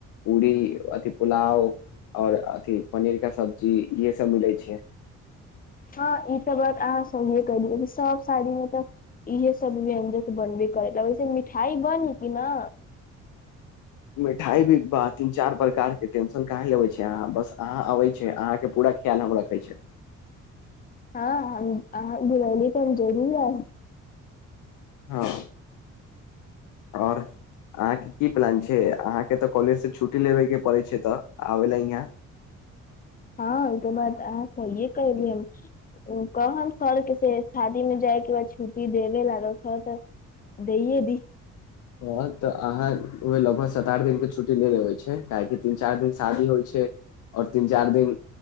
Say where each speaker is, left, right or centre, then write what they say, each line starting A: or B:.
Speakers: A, on the left; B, on the left.
A: पूरी अथि पुलाव आओर अथि पनीर के सब्जी इहे सब मिलै छै
B: हँ ई तऽ बात अहाँ सहिए क द सब शादीमे तऽ इह सब व्यंजन बनबे करै वैसे मिठाइ बनी कि न
A: मिठाइ भी बा तीन चार प्रकार के टेंशन काईल अबईय छी अहाँ बस अहाँ अबै छीय अहाँके पूरा ख्याल हम रखै छी
B: हँ हम अहाँ बुरैली तऽ हम जरूर है
A: हँ आओर अहाँके की प्लान छै अहाँके तऽ कॉलेज से छुट्टी लेबे के पड़ैय छै तऽ आबे ले इहाँ
B: हँ ई तऽ बात अहाँ सहिए कहलिय कहब सर के से शादी में जाइके बा छुट्टी देबे ला तऽ दैये दी
A: तऽ अहाँ लगभग सात आठ दिन के छुट्टी ले लेबै काहेकि तीन चारि दिन शादी होइ छै आओर तीन चारि दिन